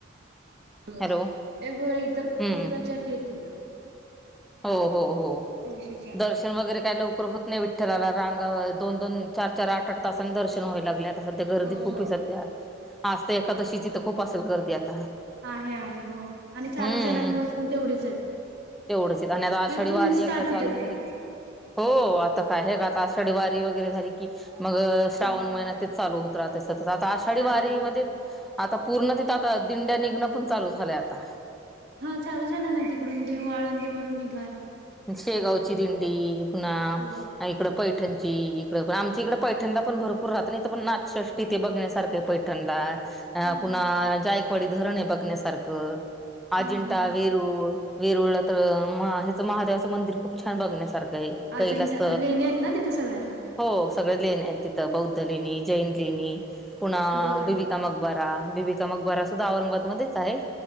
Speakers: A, on the right; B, in the centre.
A: अस
B: हॅलो
A: वेगवेगळ्या इतर खूप
B: हम्म
A: प्रज्याती येत इथं.
B: हो हो हो
A: तुळशीच्या
B: दर्शन वगैरे काय लवकर होत नाही. ला रांगा दोन दोन चार चार आठ आठ तासांनी दर्शन व्हावे लागल्यात. आ सध्या गर्दी
A: हो
B: खूप
A: हो
B: सध्या आज तर एकादशीची तर खूप असेल गर्दी आता.
A: आहे आहे हो आणि चालच
B: हम्म
A: जाणारे लोक पण तेवढेच आहेत.
B: तेवढंच आणि आता आषाढी
A: इथून
B: वारी
A: स्टार्ट
B: एकदा
A: होतेत
B: चालू
A: आता
B: झाली कि, हो आता काय आहे का आता आषढ वारी वगैरे झाली की मग श्रावण
A: हा
B: महिनात तेच चालू होत. <unintelligible> आता आषाढी
A: चालू
B: वारी
A: होते.
B: मध्येच आता पूर्ण तिथं आता दिंड्या निघणं पण चालू झालंय आता.
A: हा चालू झाला ना तिकडून देऊ आळंदीवरून निघाल.
B: शेगावची दिंडी पुन्हा
A: हो.
B: इकड पैठणची इकड आम तिकडे पैठणला पण भरपूर रात न इथ पण नाथसृष्टी ते बघण्यासारखं पैठणला. अ
A: हा
B: पुन्हा
A: हा
B: जायकवाडी धरण आहे बघण्यासारखं अजिंठा
A: हा हा
B: वेरुळ वेरवळला तर मा हचं महादेवाचं मंदिर खूप छान बघण्यासारखं आहे.
A: अजिंठा
B: कैलास
A: लेणे आहेत ना तिथे सगळ्या.
B: हो सगळ लेणे आहेत तिथं बौद्ध लेणी जैन लेणी पुन्हा
A: बर
B: बिबी का मकबरा बीबीका मकबरा
A: हा
B: सुद्धा औरंगाबादमध्येच आहे.